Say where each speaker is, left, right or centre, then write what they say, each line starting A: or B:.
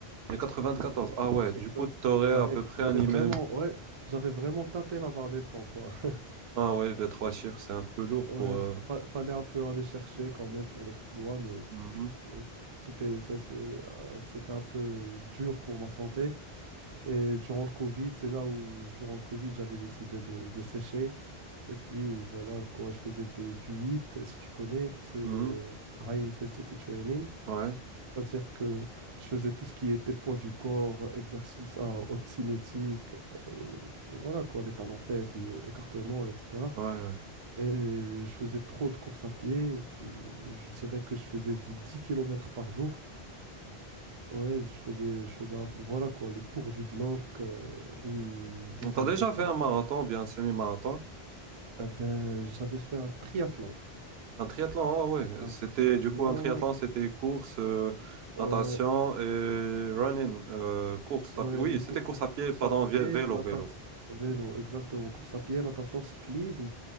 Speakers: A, on the right; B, on the right.
A: Il y a 94. Ah ouais, du
B: Ah Exact.
A: coup, t'aurais
B: ouais, J'avais,
A: à peu
B: ouais.
A: près
B: j'avais
A: un email.
B: vraiment, ouais, j'avais vraiment tâté la barre des 100 quoi. <laughs>
A: Ah ouais, les trois chiffres, c'est un peu lourd
B: Ouais,
A: pour... euh,
B: fa- fa- fallait un peu aller chercher quand même pour l'exploit, mais
A: mhm.
B: tu, tu sais, c'était ça, c'est- ah, c'était un peu dur pour ma santé. Et durant le Covid, c'est là où, durant le Covid, j'avais décidé de, de sécher. Et puis, voilà, quoi, je faisais de- du HIIT, si tu connais, c'est
A: Mhm.
B: le High Intensity Training.
A: Ouais.
B: C'est-à-dire que je faisais tout ce qui était poids du corps, exercice à haute cinétique, euh, voilà quoi, les talons fesses, je- écartement, etc.
A: Ouais. ouais.
B: Et je faisais trop de courses à pied. Je, je dirais que je faisais du 10 kilomètres par jour. Ouais, je faisais, je faisais un- voilà quoi, le tour du bloc euh, une dizaine
A: Mhm. T'as déjà
B: de fois.
A: fait un marathon ou bien un semi-marathon?
B: Eh ben, j'avais fait un triathlon.
A: Un triathlon, ah ouais.
B: Un
A: C'était,
B: triathlon,
A: du coup, un triathlon, c'était course, euh,
B: ouais,
A: natation et running. euh, course
B: Ouais,
A: à- Oui,
B: une
A: c'était
B: cou- course,
A: course à pied,
B: course
A: pardon,
B: à pied,
A: vé- vélo,
B: natation,
A: vélo.
B: vélo, exactement. Course à pied, natation, cyclisme.